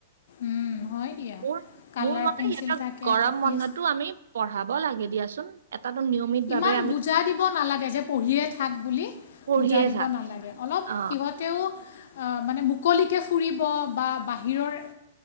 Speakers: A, on the left; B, on the right.
A: উম, হয়। দিয়া
B: মোৰ
A: কালাৰ
B: মোৰ মতে
A: পেঞ্চিল
B: সিহঁতৰ
A: থাকে
B: গৰম
A: কপিজ
B: বন্ধতো আমি পঢ়াব লাগে। দিয়াচোন। এটাতো নিয়মিত
A: ইমান
B: ভাৱে আমি
A: বুজা দিব নালাগে যে পঢ়িয়ে থাক বুলি
B: পঢ়িয়ে
A: বুজা দিব
B: থাক
A: নালাগে। অলপ
B: অ',
A: সিহঁত তেওঁ মানে মুকলিকে ফুৰিব বা বাহিৰৰ